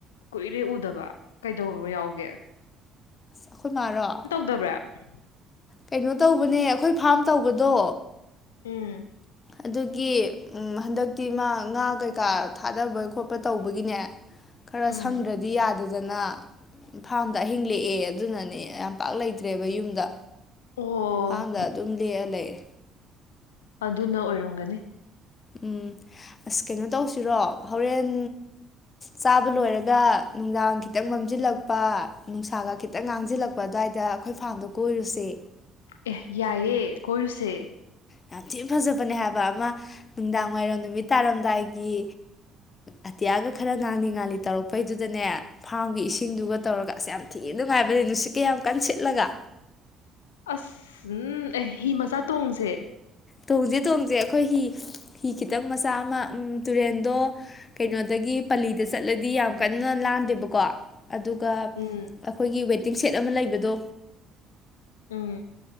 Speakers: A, on the left; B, on the left.
A: ꯀꯨꯏꯔꯦ ꯎꯗꯕ ꯀꯩꯗꯔꯕ ꯌꯥꯎꯒꯦ
B: ꯑꯩꯈꯣꯏ ꯃꯥꯔꯣ
A: <unintelligible>
B: ꯀꯩꯅꯣ ꯇꯧꯕꯅꯦ ꯑꯩꯈꯣꯏ ꯐꯥꯝ ꯇꯧꯕꯗꯣ
A: ꯎꯝ
B: ꯑꯗꯨꯒꯤ ꯍꯟꯗꯛꯇꯤ ꯃꯥ ꯉꯥ ꯀꯩꯀꯥ ꯊꯥꯗꯕ ꯈꯣꯠꯄ ꯇꯧꯕꯒꯤꯅꯦ ꯈꯔ
A: ꯎꯝ
B: ꯁꯪꯗ꯭ꯔꯗꯤ ꯌꯥꯗ ꯐꯖꯅ ꯐꯥꯝꯗ ꯑꯍꯤꯡ ꯂꯦꯛꯑꯦ ꯑꯗꯨꯅꯅꯦ ꯌꯥꯝ ꯄꯥꯛ ꯂꯩꯇ꯭ꯔꯦꯕ ꯌꯨꯝꯗ
A: ꯑꯣ
B: ꯍꯥꯟꯗ ꯑꯗꯨꯝ ꯂꯦꯛꯑ ꯂꯩꯔꯦ
A: ꯑꯗꯨꯅ ꯑꯣꯏꯔꯝꯒꯅꯤ
B: ꯎꯝ ꯑꯁ ꯀꯩꯅꯣ ꯇꯧꯁꯤꯔꯣ ꯍꯣꯔꯦꯟ ꯆꯥꯕ ꯂꯣꯏꯔꯒ ꯅꯨꯡꯗꯥꯡ ꯈꯤꯇꯪ ꯃꯝꯁꯤꯜꯂꯛꯄ ꯅꯨꯡꯁꯥꯒ ꯈꯤꯇꯪ ꯉꯥꯡꯁꯤꯜꯂꯛꯄ ꯑꯗꯨꯋꯥꯏꯗ ꯑꯩꯈꯣꯏ ꯐꯥꯝꯗꯣ ꯀꯣꯏꯔꯨꯁꯦ
A: ꯑꯦꯍ ꯌꯥꯏꯌꯦ ꯀꯣꯏꯔꯨꯁꯦ
B: ꯌꯥꯝ ꯊꯤꯅ ꯐꯖꯕꯅꯦ ꯍꯥꯏꯕ ꯑꯃ ꯅꯨꯡꯗꯥꯡꯋꯥꯏꯔꯝ ꯅꯨꯃꯤꯠ ꯇꯥꯔꯝꯗꯥꯏꯒꯤ ꯑꯇꯤꯌꯥꯒ ꯈꯔ ꯉꯥꯡꯂꯤ ꯉꯥꯜꯂꯤ ꯇꯧꯔꯛꯄꯩꯗꯨꯗꯅꯦ ꯐꯥꯔꯝꯒꯤ ꯏꯁꯤꯡꯗꯨꯒ ꯇꯧꯔꯒ ꯑꯁ ꯌꯥꯝ ꯊꯤꯅ ꯅꯨꯡꯉꯥꯏꯕꯅꯦ ꯅꯨꯡꯁꯤꯠꯀ ꯌꯥꯝ ꯀꯟ ꯁꯤꯠꯂꯒ
A: ꯑꯁ ꯎꯝ ꯍꯤ ꯃꯆꯥ ꯇꯣꯡꯁꯦ
B: ꯇꯣꯡꯁꯦ ꯇꯣꯡꯁꯦ ꯑꯩꯈꯣꯏ ꯍꯤ ꯍꯤ ꯈꯤꯇꯪ ꯃꯆꯥ ꯑꯃ ꯇꯨꯔꯦꯟꯗꯣ ꯀꯩꯅꯣꯗꯒꯤ ꯄꯂꯤꯗ ꯆꯠꯂꯗꯤ ꯌꯥꯝ ꯀꯟꯅ ꯂꯥꯟꯗꯦꯕꯀꯣ ꯑꯗꯨꯒ
A: ꯎꯝ
B: ꯑꯩꯈꯣꯏꯒꯤ ꯋꯦꯇꯤꯡ ꯁꯦꯠ ꯑꯃ ꯂꯩꯕꯗꯣ
A: ꯎꯝ